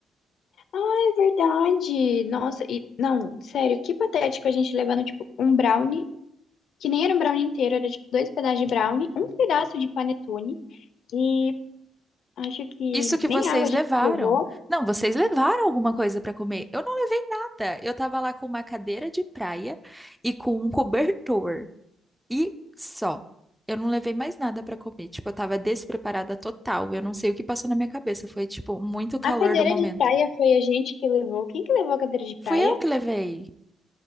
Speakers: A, on the left; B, in the centre.
A: ah É verdade. Nossa, e não, sério, que patético a gente levando tipo um brownie, que nem era um brownie inteiro, era tipo dois pedaços de brownie, um pedaço de panetone e acho que
B: Isso que
A: nem
B: vocês
A: água a gente
B: levaram.
A: levou.
B: Não, vocês levaram alguma coisa pra comer. Eu não levei nada. Eu tava lá com uma cadeira de praia e com um cobertor. E só. Eu não levei mais nada pra comer. Tipo, eu tava despreparada total. Eu não sei o que passou na minha cabeça. Foi, tipo, muito calor
A: A cadeira
B: do momento.
A: de praia foi a gente que levou. Quem que levou a cadeira de praia?
B: Fui eu que levei.